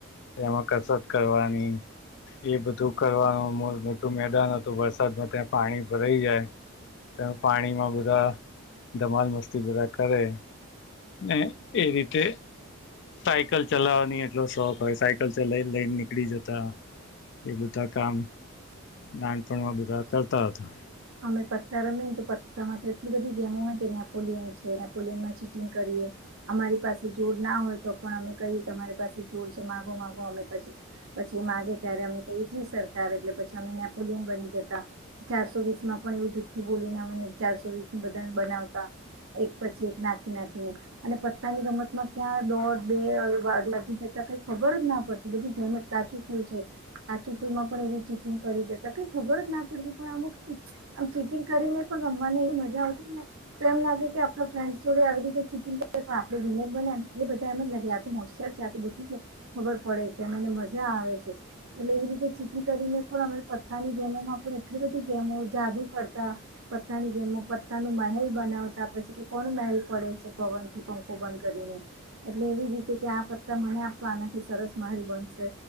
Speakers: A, on the left (about 55°); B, on the right (about 75°).
A: તેમાં કસરત કરવાની એ બધું કરવાનું મો મોટું મેદાન હતું. વરસાદમાં ત્યાં પાણી ભરાઈ જાય તમે પાણી માં બધા ધમાલ મસ્તી બધા કરે ને, એ રીતે સાયકલ ચલાવવાની એટલો શોખ હોય, સાયકલ ચલાઈ લઈ નીકળી જતા એ બધા કામ, નાનપણમાં બધા કરતા હતા
B: અમે પત્તા રમીએ ને તો પતામાં તો એટલી બધી ગેમો હોય કે નેપોલિયન છે. નેપોલિયનમાં ચીટિંગ કરીએ અમારી પાસે જોડ ના હોય તો પણ અમે કહીએ કે અમારી પાસે જોડ છે, માગો માગો અમે પછી પછી એ માગે ત્યારે અમે કહીએ જી સરકાર, એટલે પછી અમે નેપોલિયન બની જતા ચારસો વીસ માં પણ એવું જુઠુ બોલીને, અમને ચારસો વીસ બધાને બનાવતા એક પછી એક નાખી નાખીને અને પત્તાની રમતમાં ક્યાં દોઢ બે વાગી જતા કઈ ખબર જ ના પડતી. બધી જેમ જ કાચું ફૂલ છે, કાચું ફુલ માં પણ એવી ચીટિંગ કરી દેતા કે ખબર જ ના પડતી પણ અમુક આમ ચીટિંગ કરીને પણ રમવાની એવી મજા આવતી ને, તો એમ લાગે કે આપણા ફ્રેન્ડસ જોડે આવી રીતે ચીટીંગ કરીએ તો, આપણે વિનર બને એટલે બધા એમ જ લાગે આ તો હોશિયાર છે. આ તો બધી જ ખબર પડે છે. પને મજા આવે છે. એટલે એવી રીતે ચીટીગ કરીને પણ, અમે પત્તાની ગેમોમાં પણ એટલી બધી ગેમો જાદુ કરતા, પત્તાની ગેમો પત્તા નુ મહેલ બનાવતા, પછી કે કોનું મહેલ પડે પવન થી પંખો બંધ કરીને એટલે એવી રીતે કે, આ પત્તા મને આપ આનાથી સરસ મહેલ બનસે